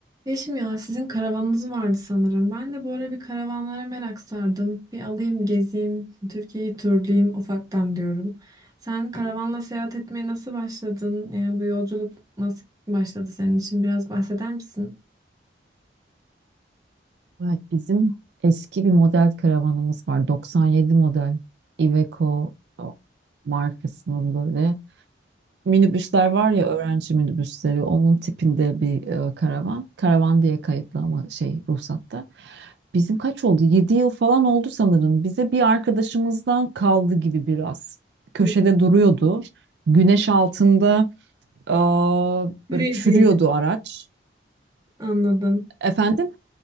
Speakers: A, on the right; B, on the right.
A: Yeşim ya sizin karavanınız vardı sanırım. Ben de bu ara bir karavanlara merak sardım. Bir alayım gezeyim, Türkiye'yi turlayayım ufaktan diyorum. Sen karavanla seyahat etmeye nasıl başladın? Yani bu yolculuk nasıl başladı senin için? Biraz bahseder misin?
B: Evet, bizim eski bir model karavanımız var. 97 model Iveco o, markasının böyle minibüsler var ya öğrenci minibüsleri onun tipinde bir e, karavan. Karavan diye kayıtlı ama şey ruhsatta. Bizim kaç oldu? 7 yıl falan oldu sanırım. Bize bir arkadaşımızdan kaldı gibi biraz. Köşede
A: Hı,
B: duruyordu. Güneş altında e,
A: Çürüyeceğini
B: böyle çürüyordu araç.
A: anladım.
B: Efendim?